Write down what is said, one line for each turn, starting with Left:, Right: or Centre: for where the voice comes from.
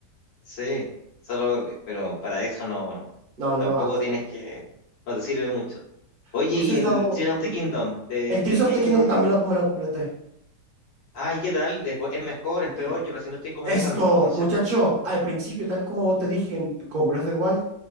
Left: sí, solo, pero para eso no,
Right: No,
Left: tampoco
Right: no va.
Left: tienes que, no te sirve mucho. Oye,
Right: Hubiese
Left: y
Right: estado...
Left: el Tears of the Kingdom, ¿de
Right: El Tears
Left: qué,
Right: of
Left: qué?
Right: the Kingdom también lo, me lo completé.
Left: Ay, ¿qué tal? ¿Es, bu- es mejor,
Right: <clears throat>
Left: es peor? Yo recién lo estoy comenzando,
Right: Esto,
Left: entonces
Right: muchacho,
Left: no.
Right: al principio, tal como te dije con Breath of the Wild,